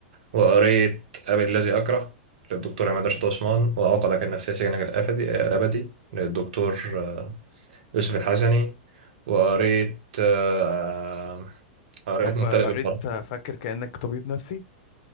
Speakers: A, on the right; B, on the left.
A: وقريت أبي الذي أكره للدكتور عماد رشاد عثمان وعقدك النفسية سجنك الأبدي الأبدي للدكتور آه، يوسف الحسني وقريت آه، آه، قريت
B: طب
A: ممتلئ
B: قريت
A: بالفراغ
B: فاكر كأنك طبيب نفسي